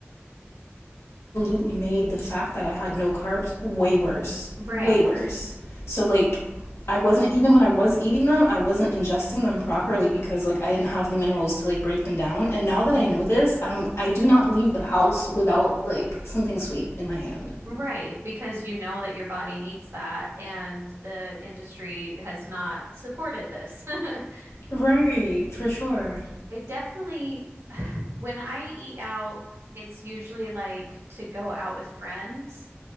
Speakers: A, on the left; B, on the right.
A: absolutely made the fact that I had no carbs way worse,
B: Right.
A: way worse. So like I wasn't even when I was eating them, I wasn't ingesting them properly because like I didn't have the minerals to like break them down. And now that I know this, um I do not leave the house without like something sweet in my hand.
B: Right. Because you know that your body needs that, and the industry has not supported this. <laughs>
A: Right, for sure.
B: I definitely, when I eat out, it's usually like to go out with friends.